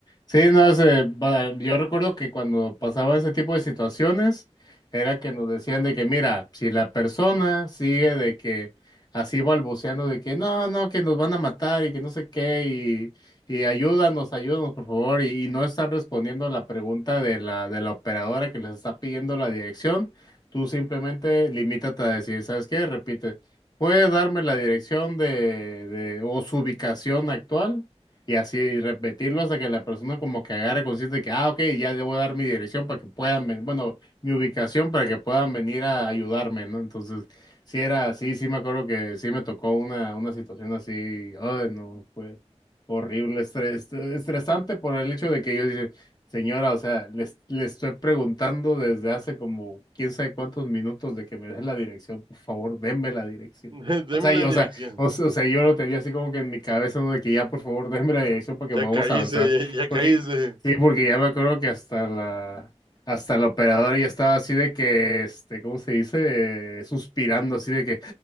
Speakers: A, on the left; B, on the right.
A: Sí, no, ese, va- yo recuerdo que cuando pasaba ese tipo de situaciones, era que nos decían de que, mira, si la persona sigue de que así balbuceando de que no, no, que nos van a matar y que no sé qué, y, y ayúdanos, ayúdanos, por favor, y, y no están respondiendo la pregunta de la, de la operadora que les está pidiendo la dirección, tú simplemente limítate a decir, ¿sabes qué? Repite, ¿puede darme la dirección de, de o su ubicación actual? Y así repetirlo hasta que la persona como que agarre consciente de que, ah, ok, ya le voy a dar mi dirección para que puedan venir, bueno, mi ubicación para que puedan venir a ayudarme, ¿no? Entonces, sí era así, sí me acuerdo que sí me tocó una, una situación así, ay, no, fue horrible, estres, estresante por el hecho de que yo dije, señora, o sea, le, es- le estoy preguntando desde hace como quién sabe cuántos minutos de que me dé la dirección, por favor, denme la dirección.
B: <laughs> deme
A: O sea,
B: la
A: y- o
B: dirección,
A: sea, o sea, o sea, yo lo tenía así como que en mi cabeza, ¿no? de que ya por favor denme la dirección porque
B: ya
A: vamos
B: cállese,
A: a avanzar.
B: ya, ya
A: Porque,
B: cállese,
A: sí, porque ya me acuerdo que hasta la, hasta la operadora ya estaba así de que, este, ¿cómo se dice? Eh, Suspirando así de que,